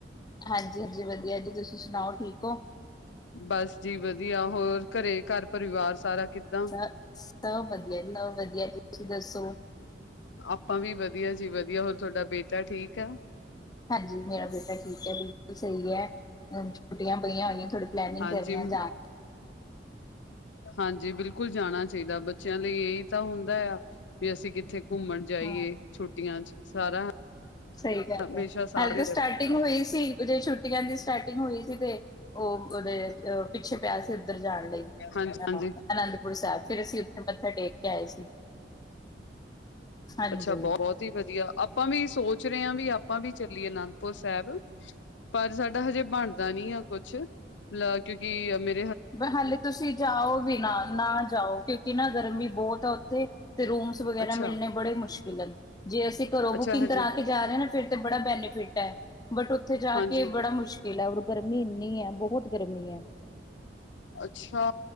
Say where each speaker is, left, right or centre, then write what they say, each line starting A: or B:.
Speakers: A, on the left; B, on the left.
A: ਹਾਂਜੀ -ਹਾਂਜੀ ਵਧੀਆ ਜੀ, ਤੁਸੀਂ ਸੁਣਾਓ ਠੀਕ ਹੋ।
B: ਬਸ ਜੀ ਵਧੀਆ ਹੋਰ ਘਰੇ ਘਰ ਪਰਿਵਾਰ ਸਾਰਾ ਕਿੱਦਾਂ
A: ਸ ਸਭ ਵਧੀਆ ਸਭ ਵਧੀਆ ਜੀ। ਤੁਸੀਂ ਦੱਸੋ?
B: ਆਪਾਂ ਵੀ ਵਧੀਆ ਜੀ ਵਧੀਆ ਹੋਰ ਤੁਹਾਡਾ ਬੇਟਾ ਠੀਕ ਆ?
A: ਹਾਂਜੀ ਮੇਰਾ ਬੇਟਾ ਠੀਕ ਹੈ ਬਿਲਕੁਲ ਸਹੀ ਹੈ। ਛੁੱਟੀਆਂ ਪਈਆ ਹੋਇਆਂ। ਥੋੜ੍ਹੀ ਪਲੈਨਿੰਗ
B: ਹਾਂਜੀ
A: ਕਰਦੇ ਆ ਜਾਣ
B: ਹਾਂਜੀ ਬਿਲਕੁਲ ਜਾਣਾ ਚਾਹੀਦਾ ਬੱਚਿਆਂ ਲਈ ਇਹੀ ਤਾਂ ਹੁੰਦਾ ਆ ਵੀ ਅਸੀਂ ਕਿੱਥੇ। ਘੁੰਮਣ ਜਾਈਏ
A: ਦੀ। ਹਾਂ
B: ਛੁੱਟੀਆਂ ਚ। ਸਾਰਾ।
A: ਸਹੀ ਗੱਲ
B: ਹਮੇਸ਼ਾ
A: ਹੈ
B: ਸਾਰਿਆਂ
A: ਹੱਲੇ ਤੇ ਸਟਾਰਟਿੰਗ ਹੋਈ ਸੀ ਛੁੱਟੀਆਂ ਦੀ ਸਟਾਰਟਿੰਗ ਹੋਈ ਸੀ ਤੇ ਉਹ ਉਹਦੇ ਅ ਪਿੱਛੇ ਪਿਆ ਸੀ। ਉੱਧਰ ਜਾਣ ਲਈ
B: ਹਾਂਜੀ
A: ਹਾਂ
B: ਹਾਂਜੀ
A: ਅਨੰਦਪੁਰ ਸਾਹਿਬ। ਫਿਰ ਅਸੀਂ ਉੱਥੇ ਮੱਥਾ ਟੇਕ ਕੇ ਆਏ ਸੀ। ਹਾਂਜੀ,
B: ਅੱਛਾ ਬਹੁ ਬਹੁਤ ਹੀ ਵਧੀਆ। ਆਪਾਂ ਵੀ ਸੋ ਸਚ ਰਹੇ ਹਾਂ ਵੀ ਆਪਾਂ ਵੀ ਚੱਲੀਏ ਅਨੰਦਪੁਰ ਸਾਹਿਬ। ਪਰ ਸਾਡਾ ਹਜੇ ਬਣਦਾ ਨੀ ਆ ਕੁਛ ਲ ਕਿਉਂਕਿ ਮੇ
A: ਪਰ ਹਾਲੇ ਤੁਸੀਂ ਜਾਓ ਵੀ ਨਾ ਨਾ ਜਾਓ ਕਿਉਂਕਿ ਨਾ ਗਰਮੀ ਬਹੁਤ ਆ ਓ ਤੇ। ਤੇ ਰੂਮਸ ਵਗੈਰਾ
B: ਅੱਛਾ।
A: ਮਿਲਣੇ ਬੜੇ ਮੁਸ਼ਕਿਲ ਹੈ ਜੇ ਅਸੀਂ ਘਰੋਂ ਬੁਕਿੰਗ
B: ਅੱਛਾ ਹਜੇ
A: ਕਰਾ ਕੇ ਜਾ ਰਹੇ ਹਾਂ ਨਾ ਫਿਰ ਤਾਂ ਬੜਾ ਬੈਨੀਫਿਟ ਹੈ। ਬਟ ਉੱਥੇ ਜਾ
B: ਹਾਂਜੀ
A: ਕੇ ਬੜਾ ਮੁਸ਼ਕਿਲ ਹੈ ਉੱਰ ਗਰ ਮੀ ਇੰਨੀ ਹੈ ਬਹੁਤ ਗਰਮੀ ਹੈ।
B: ਅੱਛਾ